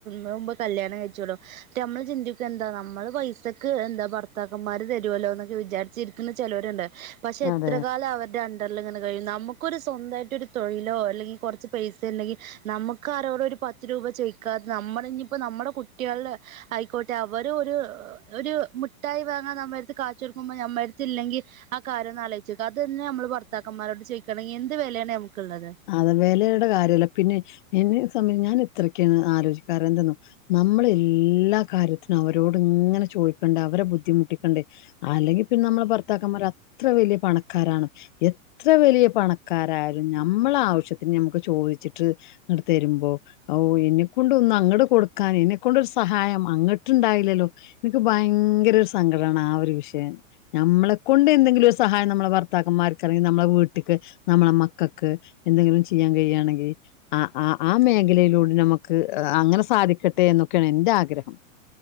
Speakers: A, on the right; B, on the left.
A: മുമ്പ് കല്യാണം കഴിച്ചോളോ നമ്മള് ചിന്തി എന്താ നമ്മള് പൈസക്ക് എന്താ ഭർത്താക്കന്മാര് തരുവല്ലോ എന്നൊക്കെ വിചാരിച്ചിരിക്കുന്ന ചിലവരുണ്ട് പക്ഷെ
B: അതെ
A: എത്ര കാലം അവരുടെ അണ്ടറിൽ ഇങ്ങനെ നമുക്കൊരു സ്വന്തമായിട്ടൊ ഒരു തൊഴിലോ അല്ലെങ്കിൽ കുറച്ച് പൈസ അല്ലെങ്കിൽ നമുക്കരോടും ഒരു പത്ത് രൂപ ചോയി ത് നമ്മുടെ ഇനിയിപ്പ നമ്മുടെ കുട്ടികളുടെ ആയിക്കോട്ടെ അവര് ഒരു ഒരു മുട്ടായി വാങ്ങാൻ നമ്മ അടുത്ത് കാച്ചെടുക്കുമ്പോൾ നമ്മുടെ അടുത്ത് ഇല്ലെങ്കിൽ ആ കാര്യൊന്നാലോയ്ച്ചോക്ക അതെന്നെ അമ്മള് ഭർത്താക്കന്മാരോട് ചോയ്ക്കാണെങ്കി എന്ത് വെലെണ് നമക്ക്ള്ളത്
B: അത് വെലയുടെ കാര്യല്ല പിന്നെ എന്നെ സംബന് <unintelligible> ഞാനത്രെക്കൊന്നും ആലോചിക്കാറ് എന്തെന്നോ? നമ്മെളെല്ലാ കാര്യത്തിനും അവരോട് ങ്ങനെ ചോയിക്കണ്ടേ അവരെ ബുദ്ധിമുട്ടിക്കണ്ടേ. അല്ലെങ്കി പിന്നെ അമ്മെളെ ഭർത്താക്കമാര് അത്ര വെല്ല്യ പണക്കാരാണം. എ ത്ര വെലിയ പണക്കാരായാലും ഞമ്മെളെ ആവശ്യത്തിന് നമ്മക്ക് ചോയ്ച്ചിട്ട് ഇങ്ങട്ട് തെരുമ്പോ. ഔ എന്നെക്കൊണ്ടൊന്നു അങ്ങട്ട് കൊടുക്കാന് എന്നെ കൊണ്ടൊരു സഹായം അങ്ങട്ട്ണ്ടായാല്ലല്ലോ ഇൻക്ക് ഭയങ്കരൊരു സങ്കടാണ് ആ ഒരു വിഷയം. നമ്മെളെ കൊണ്ടെന്തെങ്കിലും ഒരു സഹായം നമ്മെളെ ഭർത്താക്കന്മാർക്ക് അല്ലെങ്കി നമ്മളെ വീട്ട്ക്ക് നമ്മളെ മ ക്കക്ക് എന്തെങ്കിലും ചെയ്യാൻ കഴിയാണെങ്കി ആ ആ ആ മൈൻഡിലൊനമ്മക്ക് അങ്ങനെ സാധിക്കട്ടെ എന്നൊക്കെണ് ഇൻ്റാഗ്രഹം.